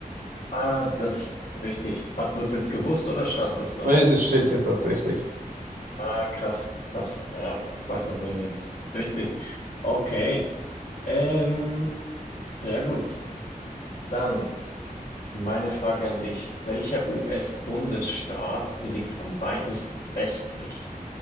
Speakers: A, on the left; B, on the right.
A: Ah, das, richtig. Hast du das jetzt gewusst oder stand es dort?
B: Nee, das steht hier tatsächlich.
A: Ah, krass, krass. Ja, Puerto Williams. Richtig. Okay. Ähm, sehr gut. Dann. Meine Frage an dich, welcher US-Bundesstaat liegt am weitesten westlich?